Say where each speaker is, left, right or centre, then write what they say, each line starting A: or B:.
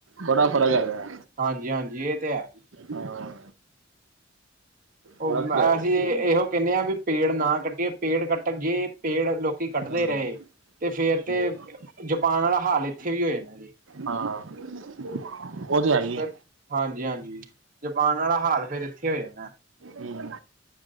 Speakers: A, on the right; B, on the right.
A: ਬੜਾ ਫ਼ਰਕ ਹੈਗਾ
B: ਹਾਂਜੀ- ਹਾਂਜੀ ਇਹ ਤੇ ਹੈ।
A: ਹਾਂ ਫ਼ਰਕ
B: ਉਹ
A: ਤੇ
B: ਅਸੀਂ
A: ਹੈ ਹੀ
B: ਇਹੋ ਕਹਿੰਦੇ ਹਾਂ ਵੀ ਪੇੜ ਨਾ ਕੱਟੀਏ, ਪੇੜ ਕੱਟ ਜੇ ਪੇੜ ਲੋਕੀ ਕੱਟਦੇ
A: ਹੈ
B: ਰਹੇ, ਤੇ ਫੇਰ ਤੇ
A: ਹੂੰ
B: ਜਪਾਨ ਵਾਲਾ ਹਾਲ ਇੱਥੇ ਵੀ ਹੋ ਜਾਣਾ ਜੀ
A: ਹਾਂ, ਉਹ ਤੇ ਆਈ
B: ਫਿਰ
A: ਆ
B: ਹਾਂਜੀ- ਹਾਂਜੀ ਜਪਾਨ ਵਾਲਾ ਹਾਲ ਫਿਰ ਇੱਥੇ ਹੋ ਜਾਣਾ
A: ਹਮ